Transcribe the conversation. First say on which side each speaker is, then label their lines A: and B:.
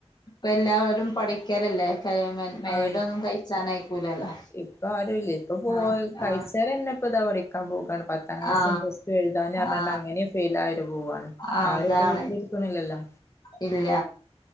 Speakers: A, on the left; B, on the left.
A: ഇപ്പ എല്ലാവരും പഠിക്കലല്ലേ <unintelligible>
B: ആഹ്
A: ഒന്നും കഴിച്ചാൻഅയക്കൂലല്ലോ
B: ഇപ്പൊ ആരുല്ലേ ഇപ്പൊ പോയി
A: ആ
B: കഴിച്ചേരന്നെ
A: ആ
B: ഇപ്പ ഇതാ പഠിക്കാൻ പോകാണ് പത്താം ക്ലാസും
A: ആ
B: പ്ലസ്ടും എഴുതാഞ്ഞ് കാരണം
A: ആ
B: അങ്ങനേം ഫെയിൽ ആയിരുന്നു പോവാണ്
A: ആ
B: ആരും
A: അതാണ്
B: ഇപ്പ വീട്ടിലിരിക്കൊന്നില്ലല്ലോ
A: ഇല്ല